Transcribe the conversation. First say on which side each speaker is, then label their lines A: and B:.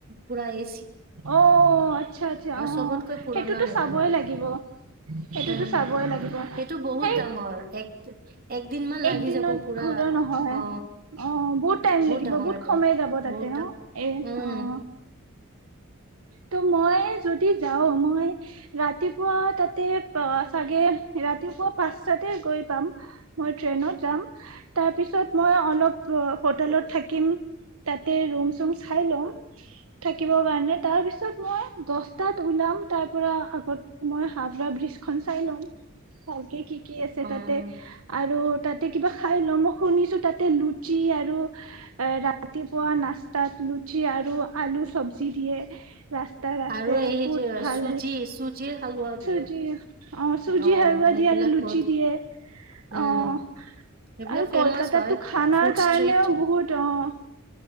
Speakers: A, on the right; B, on the right.
A: পুৰা এ,
B: অ', আচ্ছা', - আচছা',
A: চবতকৈ
B: অ',
A: পুৰণা
B: সেইটোতো
A: সেইটো
B: চাবই
A: হয়
B: লাগিব, সেইটোতো
A: উম
B: চাবই লাগিব।
A: সেইটো বহুত
B: সেই
A: ডাঙৰ এক একদিন মান লাগি
B: এক দিনত
A: যাব পুৰা
B: ঘূৰা নহয়',
A: অ
B: অ', বহুত টাইম লাগিব,
A: ডাঙৰ
B: বহুত
A: এইটো
B: সময় যাব তাতে
A: বহুত ডা
B: অ', এ',
A: উম
B: অ', ত', মই যদি যাওঁ মই ৰাতিপুৱা তাতে চাগে ৰাতিপুৱা পাঁচটাতে গৈ পাম মই ট্ৰেইনত যাম। তাৰপিছত মই অলপ হোটেলত থাকিম তাতে ৰুম-চুম চাই লওঁ থাকিব। কাৰণে তাৰ পিছত মই দছটাত ওলাম তাৰ পৰা আগত মই ' হাওৰা-ব্ৰিজ' খন চাই ল'ম। ভালকে কি, কি ', আছে
A: অ',
B: তাতে, আৰু তাত, কিবা খাই লওঁ, মই শুনিছো তাতে লুচি আৰু এ', ৰাতিপুৱা নাস্তাত লুচি আৰু আলু চবজি যি দিয়ে ৰাস্তা-ৰাস্তাই
A: আৰু এই
B: বহুত
A: যে
B: ভাল
A: চুজি
B: লাগে।
A: চুজিৰ হালোৱাও দিয়ে।
B: চুজি অ', চুজি
A: অ',
B: হালৱা
A: সেইবিলাক
B: দিয়ে আৰু লুচি
A: বহুত
B: দিয়ে
A: উম,
B: অ',
A: সেইবিলাক
B: আৰু
A: ফেমাচ
B: কলকাতাতটো
A: হয়।
B: খানাৰ
A: ফুড
B: কাৰণেও
A: ষ্ট্ৰীট
B: বহুত অ',